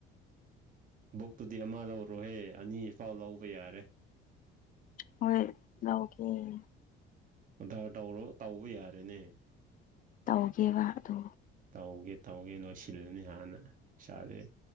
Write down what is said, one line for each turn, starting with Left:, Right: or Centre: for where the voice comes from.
Right: ꯕꯨꯛꯇꯨꯗꯤ ꯑꯃ ꯂꯧꯔꯣꯍꯦ ꯑꯅꯤꯐꯥꯎ ꯂꯧꯕ ꯌꯥꯔꯦ
Left: ꯍꯣꯏ ꯂꯧꯒꯦ
Right: ꯑꯣꯗꯔ ꯇꯧꯔꯣ ꯇꯧꯕ ꯌꯥꯔꯦꯅꯦ
Left: ꯇꯧꯒꯦꯕ ꯑꯗꯨ
Right: ꯇꯧꯒꯦ ꯇꯧꯒꯦ ꯅꯣꯏꯁꯤꯜꯂꯅꯤ ꯍꯥꯟꯅ ꯏꯁꯥꯖꯦ